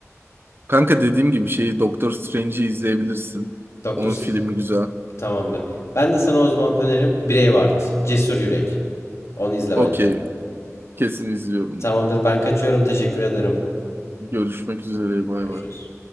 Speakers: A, on the right; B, on the left.
A: Kanka dediğim gibi şeyi Doktor Strange'i izleyebilirsin.
B: Doktor
A: Onun
B: S-
A: filmi güzel.
B: tamamdır. Ben de sana o zaman önerim Braveheart. Cesur Yürek. Onu izle
A: Okey,
B: bence.
A: kesin izliyorum.
B: Tamamdır ben kaçıyorum. Teşekkür ederim.
A: Görüşmek üzere, bay
B: Görüşürüz.
A: bay.